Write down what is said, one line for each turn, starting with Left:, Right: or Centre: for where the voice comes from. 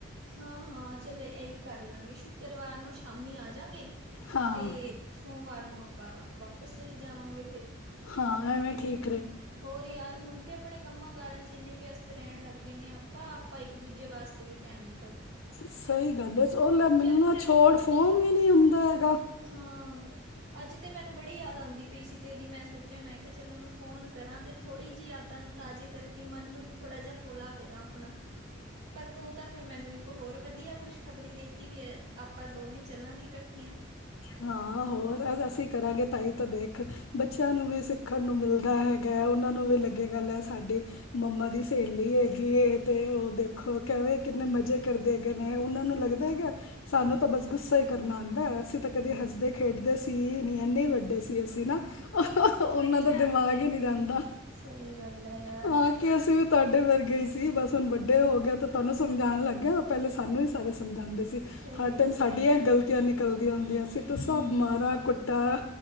Right: ਹਾਂ-ਹਾਂ, ਚਲ! ਇਹੀ ਕਰਲਾਂਗੇ ਸ਼ੁੱਕਰਵਾਰ ਨੂੰ ਸ਼ਾਮ ਮੰਮੀ ਆ ਜਾਂਗੇ
Left: ਹਾਂ।
Right: ਤੇ, ਸੋਮਵਾਰ ਨੂੰ ਆਪਾਂ ਵਾਪਸ ਚਲੇ ਜਾਵਾਂਗੇ, ਫਿਰ।
Left: ਹਾਂ, ਐਂਵੇ ਠੀਕ।
Right: ਹੋਰ, ਯਾਰ ਹੁਣ ਤੇ, ਆਪਣੇ ਕੰਮਾਂ ਕਾਰਾਂ'ਚ ਇੰਨੇ ਵਿਅਸਤ ਰਹਿਣ ਲੱਗੇ ਨੇ, ਆਪਾ-ਆਪਾ ਇੱਕ-ਦੂਜੇ ਵਾਸਤੇ ਵੀ ਟਾਈਮ ਨੀ ਕੱ
Left: ਸਹੀ ਗੱਲ ਹੈ, ਉਹ ਲੈ। ਮਿਲਨਾ
Right: ਚੱਲ
Left: ਛੋੜ, ਫੋਨ ਵੀ ਨਹੀਂ ਹੁੰਦਾ ਏ।
Right: ਹਾਂ। ਅੱਜ ਤੇ ਮੈਨੂੰ ਬੜੀ ਯਾਦ ਆਉਂਦੀ ਪਈ ਸੀ ਤੇਰੀ। ਮੈਂ ਸੋਚਿਆ ''ਮੈਂ ਕਿਹਾ ਚਲ ਉਹਨੂੰ ਫੋਨ ਕਰਾਂ ਤੇ, ਥੋੜੀ ਜਿਹੀ ਯਾਦਾਂ ਨੂੰ ਤਾਜ਼ੇ ਕਰਕੇ, ਮਨ ਨੂੰ ਥੋੜ੍ਹਾ ਜਿਹਾ ਹੌਲਾ ਕਰਾਂ ਅਪਣਾ। ਪਰ ਤੂੰ, ਤਾਂ, ਫਿਰ ''ਮੈਨੂੰ ਇੱਕ ਹੋਰ ਵਧੀਆ ਖੁਸ਼ ਖ਼ਬਰੀ ਦੇਤੀ ਵੀ, ਏ, ਆਪਾਂ ਦੋਵੇਂ ਚੱਲਾਂਗੇ ਇਕੱਠੀਆਂ।
Left: ਹਾਂ, ਹੋਰ, ਅਸੀਂ ਕਰਾਂਗੇ ਤਾਂ, ਹੀ, ਤਾਂ ਦੇਖ ਬੱਚਿਆਂ ਨੂੰ ਵੀ, ਸਿੱਖਣ ਨੂੰ ਮਿਲਦਾ ਹੈਗਾ। ਉਹਨਾਂ ਨੂੰ ਵੀ ਲੱਗੇਗਾ, ਲੈ। ਸਾਡੀ ਮੰਮਾ ਦੀ ਸਹੇਲੀ ਹੇਗੀ ਹੇ। ਤੇ, ਉਹ ਦੇਖੋ,
Right: ਹਾਂ
Left: ਕੈਂਵੇ ਕਿੰਨੇ ਮਜ਼ੇ ਕਰਦੇ
Right: ਸ
Left: ਹੈਗੇ ਨੇ, ਉਹਨਾਂ ਨੂੰ ਲੱਗਦਾ
Right: ਹਾਂ
Left: ਹੈਗਾ ਸਾਨੂੰ ਤਾਂ, ਬਸ ਗੁੱਸਾ ਹੀ ਕਰਨਾ ਆਉਂਦਾ ਹੈ। ਅਸੀਂ ਤਾਂ, ਕਦੇ ਹੱਸਦੇ-ਖੇਡਦੇ ਸ
Right: ਹ <inaudible>
Left: ਇੰਨੇ ਵੱਡੇ ਸੀ ਅਸੀਂ ਨਾ, ਉਹਨਾਂ
Right: ਤੇ
Left: ਦਾ ਦਿਮਾਗ ਹੀ ਨਹੀਂ ਜਾਂਦਾ।
Right: ਸਹੀ ਗੱਲ ਹੈ ਯਾਰ
Left: ਹਾਂ, ਕੀ, ਅਸੀਂ ਤੁਹਾਡੇ ਵਰਗੇ ਹੀ, ਸੀ, ਬਸ। ਹੁਣ, ਵੱਡੇ
Right: ਹਾਂ
Left: ਹੋ ਗਏ ਤਾਂ ਤੁਹਾਨੂੰ ਸਮਝਾਣ ਲੱਗ ਗੇ, ਉਹ ਪਹਿਲੇ ਸਾਨੂੰ ਹੀ ਸਾਰੇ ਸਮਝਾਂਦੇ ਸੀ,
Right: ਸਹੀ
Left: ਹਰ
Right: ਗੱਲ
Left: ਟਾਈਮ ਸਾਡੀਆਂ
Right: ਹੈ
Left: ਗ਼ਲਤੀਆਂ ਨਿਕਲਦੀਆਂ ਹੁੰਦੀਆਂ। ਅਸੀਂ ਤੇ,
Right: ਹਮ
Left: ਸਭ ਮਾਰਾ ਕੁੱਟਾ